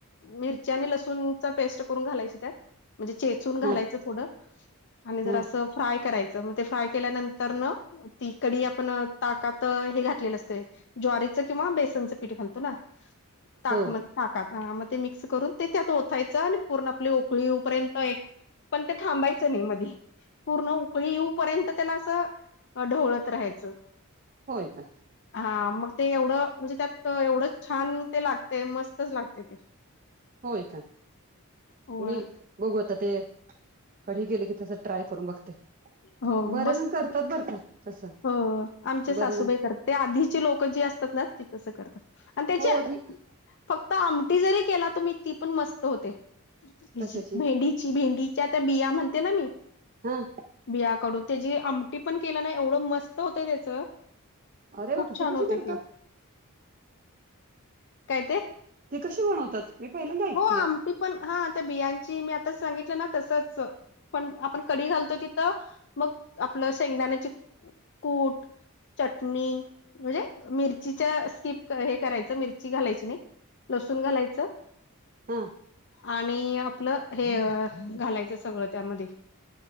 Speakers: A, on the left (about 55°); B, on the right (about 40°).
A: मिरच्या आणि लसूणचा पेस्ट करून घालायची त्यात. म्हणजे चेचून घालायचं
B: हा
A: थोडं, आणि जर
B: हा
A: असं फ्राय करायचं म्हज ते फ्राय केल्यानंतर न. ती कडी, आपण ताकात हे घातलेलं असते, ज्वारीचं किंवा बेसनचं पीठ घालतो ना. ताक
B: हो
A: मत ताकात हा म. ते मिक्स करून ते त्यात ओथयचं, आणि पूर्ण आपले उकळी येऊपर्यंत एक पण ते थांबायचं नाही, मधी. पूर्ण उकळी येऊ पर्यंत त्यान असं, ढवळत राहायचं.
B: होय का.
A: हा मग ते एवढं, म्हणजे त्यात एवढं छान ते लागतेय मस्तच लागते ते.
B: होय का,
A: हो
B: मी बघू आता ते. कडी केली की तस ट्राय करून बघते,
A: हो
B: बरे
A: मस्त
B: जण करतात बर का. तसं
A: हो आमचे सासूबाई
B: बरे जण
A: कर ते आधीचे लोक जे असतात ना, ते तसं करतात अन त्याच्या
B: हो ती
A: फक्त आमटी जरी केला, तुम्ही ती पण मस्त होते, हिची
B: कशाची
A: भेंडीची, भेंडी च्या त्यां बिया म्हणते, ना मी.
B: हं.
A: बियाकाडून, त्याची आमटी पण केलं ना, एवढं मस्त होतंय त्याचं.
B: अरे
A: खूप
B: बाप
A: छान
B: ती कशी
A: होते
B: करतात
A: ते, काय ते?
B: ते कशी बनवतात? मी पहिल्यांदा ऐकतेय
A: हो आमटी पण, हां त्या बियांची, मी आताच सांगितलं ना तसंच पण आपण कढी घालतो तिथं, मग आपलं शेंगदाण्याचे कूट चटणी, म्हणजे मिरचीच्या, स्कीप क् हे करायचं, मिरची घालायची नही. लसूण घालायचं.
B: हं.
A: आणि आपलं हे घालायचं सगळं त्यामध्ये.